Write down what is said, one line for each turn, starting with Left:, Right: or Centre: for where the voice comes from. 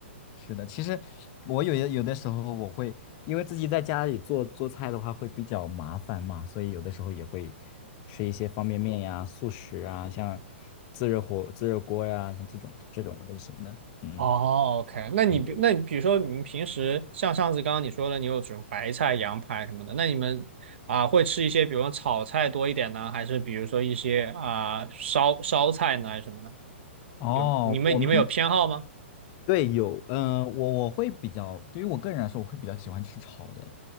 Left: 是的，其实我有有的时候我会，因为自己在家里做做菜的话会比较麻烦嘛，所以有的时候也会吃一些方便面呀、速食啊，像自热火、自热锅呀，像这种这种类型的，嗯
Right: 哦，OK，那你比那你比如说你们平时像上次刚刚你说了，
Left: 嗯。对的
Right: 你有这种白菜、羊排什么的，那你们啊、会吃一些，比如说炒菜多一点呢，还是比如说一些啊、烧烧菜呢，还是什么呢？
Left: 哦，
Right: 有你们你们有偏好吗？
Left: 我们对有，嗯、我我会比较，对于我个人来说，我会比较喜欢吃炒的，